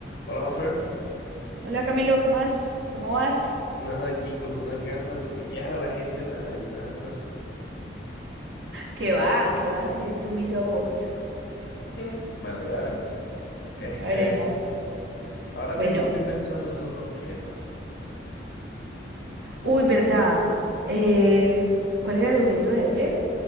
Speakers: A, on the left; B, on the right.
A: Hola, Mafer.
B: Hola Camilo, ¿qué más? ¿Cómo vas?
A: Nada aquí con unas ganas de humillar a la gente en las adivinanzas.
B: ¿Qué va? ¿Qué vas? Si yo te humillo a vos.
A: <laughs> Bueno, ya veremos. Este,
B: Ya veremos.
A: ahora
B: Bueno,
A: mismo estoy pensando en un objeto.
B: uy, ¿verdad? Eh, ¿cuál era el objeto de ayer?